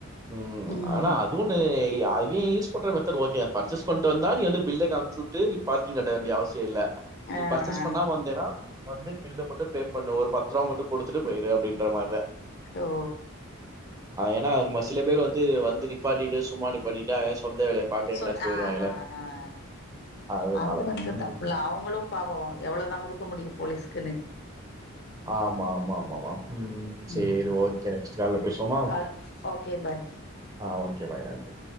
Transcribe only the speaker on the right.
உம்
ஆனா அது ஒன்னு அது யூஸ்பன்ற மெதட் ஓகே பர்ச்சேஸ் கொண்டு வந்தா நீ வந்து பில்ல காமிச்சுட் நீ பாரிங் கட்ட வேண்டியசியம் இலை நீ
பர்ச்சேஸ்
பண்ணாம வந்தேனா வந்து பில்லு மட்டுபே பண்ணுவேன் ஒரு பத்ருவா மட்டும் எடுத்துட்டு போயருவேன் அப்படின்ற மாதிரிதான்
ஏன்னா சில பேர் வந்து வந்து நிப்பாட்டிட்டு சும்மா நிப்பாட்டிட்டு சொந்த வேலைய பாக்க எங்கிட்டாச்சும்
போயிருவான்ல.
அதனால.
ம்.
ஆமா ஆமா ஆமா ஆமாவா உம் செரி
ஓகே நெக்ஸ்ட்டு கால்ல பேசுவோமா
ஆஹ் ஓகே பாய் நன்றி